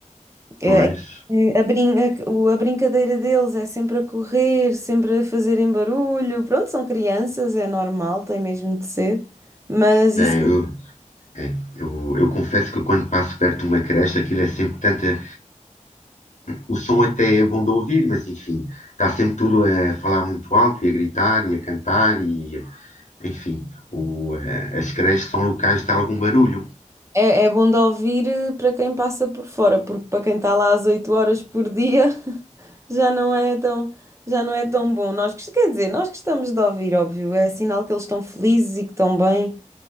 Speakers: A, on the right; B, on the left.
A: É-
B: Pois.
A: é a, brin- a- o- a brincadeira deles é sempre a correr, sempre a fazerem barulho. Pronto, são crianças, é normal, tem mesmo de ser. Mas
B: É,
A: isso
B: É, Eu, eu confesso que quando passo perto de uma creche, aquilo é sempre tanta. O som até é bom de ouvir, mas enfim, está sempre tudo a falar muito alto e a gritar e a cantar e, enfim, o, eh, as creches são locais de algum barulho.
A: É, é bom de ouvir eh, para quem passa por fora, porque para quem está lá às 8 horas por dia <laughs> já não é tão, já não é tão bom. Nós, gost- quer dizer, nós gostamos de ouvir, óbvio, é sinal que eles estão felizes e que estão bem